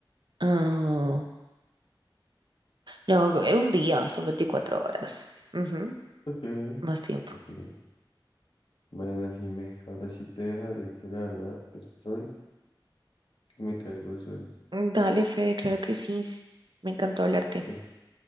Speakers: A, on the right (about 60°); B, on the left (about 70°).
A: Ah, no, eh, un día, son 24 horas. Ujú.
B: Ok,
A: más tiempo.
B: Ok. Bueno, Jime, ahora sí te dejaré que la verdad estoy que me caigo el sueño.
A: Dale, Fede, claro que sí. Me encantó hablarte.
B: Entonces,